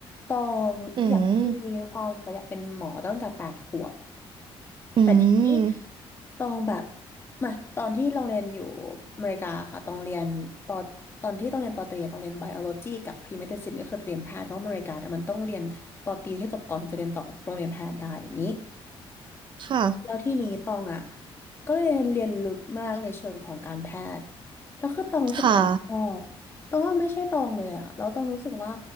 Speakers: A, on the left; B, on the right.
A: ตองอยากมีความฝันอยากเป็นหมอตั้งแต่แปดขวบ
B: อืมอื
A: แต่ทีนี้
B: ม
A: ตองแบบมาตอนที่ลองเรียนอยู่อเมริกาค่ะตองเรียนปอตอนที่ต้องเรียนปอตรีอะต้องเรียนไบโอโลจีกับพรีเมดิซินก็คือเรียนแพทย์เพราะว่าอเมริกาเนี่ยมันต้องเรียนปอตรีให้จบก่อนถึงจะเรียนต่อโรงเรียนแพทย์ได้อย่างนี้
B: ค่ะ
A: แล้วที่นี้ตองอ่ะก็เลยเรียนลึกมากในเชิงของการแพทย์แล้วคือตองรู้สึกตองชอบตองว่าไม่ใช่ตองเลยอ่ะแล้วตองรู้สึกว่า
B: ค่ะ